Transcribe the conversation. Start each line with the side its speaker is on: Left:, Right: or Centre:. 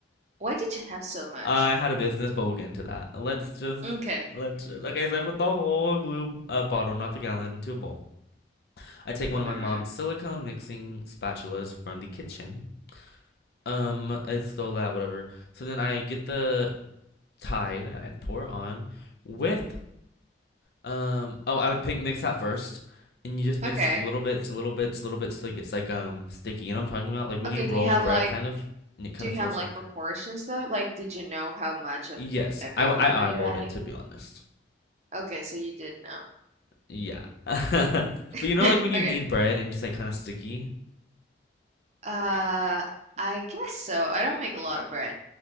Right: why did you have so much?
Left: I had a business, but we'll get into that. Let's just
Right: Okay.
Left: let's just, okay. So I put the whole glue uh, bottle, not the gallon, into a bowl. I take
Right: Mm-hmm.
Left: one of my mom's silicone mixing spatulas from the kitchen. Um, it's still that whatever. So then I get the Tide and I'd pour on with um. Oh, I would pick mix that first, and you just mix
Right: Okay.
Left: little bits, little bits, little bits, like it's like um sticky. You know what I'm talking about? Like when
Right: Okay.
Left: you roll
Right: Do you have
Left: bread,
Right: like,
Left: kind of, and it kind
Right: do you
Left: of feels
Right: have like
Left: like
Right: proportions though? Like, did you know how much of
Left: yes.
Right: everything
Left: I I
Right: were you
Left: eyeballed
Right: adding?
Left: it to be honest.
Right: Okay, so you did know.
Left: Yeah. <laughs> But
Right: <laughs>
Left: you know, like when you
Right: Okay.
Left: need bread and it's like kind of sticky?
Right: Uh, I guess so. I don't make a lot of bread.